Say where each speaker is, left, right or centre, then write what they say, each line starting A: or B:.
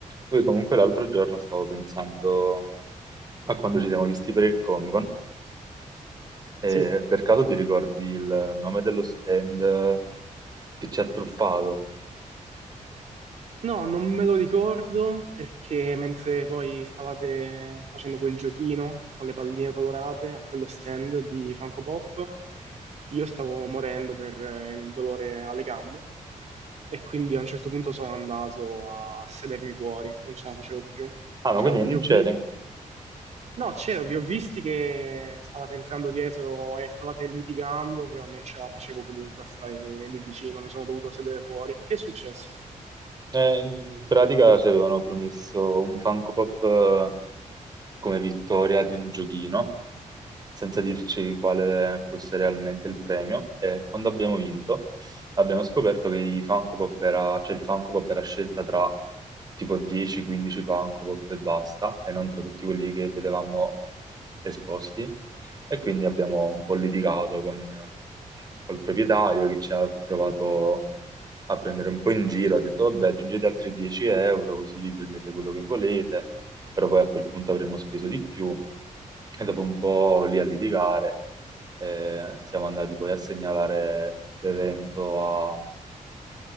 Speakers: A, on the right; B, on the right.
A: Poi comunque l'altro giorno stavo pensando a quando ci siamo visti per il Comic-Con e
B: Sì.
A: per caso ti ricordi il nome dello stand che ci ha truffato?
B: No, non me lo ricordo perché mentre voi stavate facendo quel giochino con le palline colorate a quello stand di Funko Pop, io stavo morendo per eh, il dolore alle gambe e quindi a un certo punto sono andato a sedermi fuori, non ce la facevo più.
A: Ah, ma
B: Cioè,
A: quindi
B: ho- vi
A: non
B: ho
A: c'eri?
B: vi- No, c'ero, vi ho visti che stavate entrando dietro e stavate litigando, però non ce la facevo comunque a stare lì vicino, mi sono dovuto sedere fuori. Che è successo?
A: Eh, in pratica ci avevano promesso un Funko Pop eh, come vittoria di un giochino senza dirci quale fosse realmente il premio. E quando abbiamo vinto, abbiamo scoperto che i Funko Pop era, cioè il Funko Pop era scelta tra tipo 10-15 Funko Pop e basta, e non tra tutti quelli che vedevamo esposti. E quindi abbiamo un po' litigato con, col proprietario che ci ha provato a prendere un po' in giro, ha detto vabbè aggiungete altri 10 euro così vi prendete quello che volete, però poi a quel punto avremmo speso di più e dopo un po' lì a litigare e siamo andati poi a segnalare l'evento a-